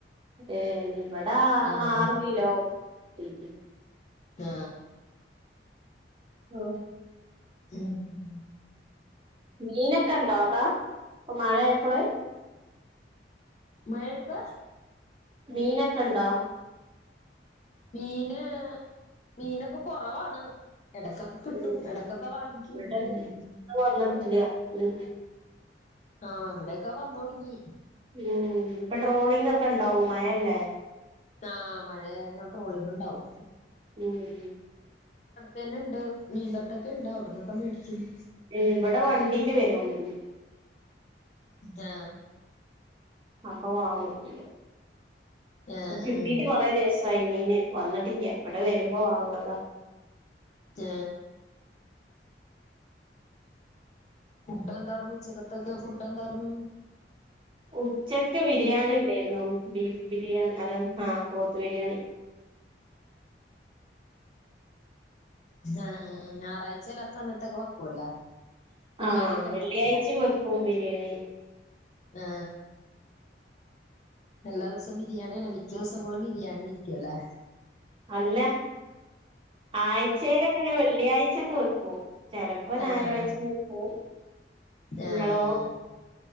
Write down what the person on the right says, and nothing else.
ഏ ഇവിടാ
ആറ് കിലോ കിട്ടി
ആ
മീനൊക്കെ ഉണ്ടോ അതാ ഇപ്പ മഴ ആയപ്പോള്
മീനൊക്കെണ്ടോ
ഉം
ഇവിടെ
വന്നിട്ടില്ല ഉം
ഉം ഇപ്പൊ ട്രോളിങ് ഒക്കെ ഉണ്ടാവും മയല്ലേ
ഉം ഉം
ഉം ഇവിടെ വണ്ടീല് വരും മീ
അപ്പൊ വാങ്ങും പിന്ന
ഇപ്പ കിട്ടീട്ട്
കൊറെ ദിവസം സൈമീന് വന്നിട്ടില്ല ഇവിടെ വരുമ്പോ വാങ്ങണതാ
ഉച്ചക്ക് ബിരിയാണി ഉണ്ടായിരുന്നു ബീഫ് ബിരിയാണി അല്ല ആ പോത്ത് ബിരിയാണി
ആ
വെള്ളിയാഴ്ച
വെക്കും ബിരിയാണി
അല്ല ആഴ്ചയിലൊക്കെ അങ്ങനെ വെള്ളിയാഴ്ചൊക്കെ വെക്കൂ ചെലപ്പോ ഞായറാഴ്ചയും
വെക്കും നിങ്ങളോ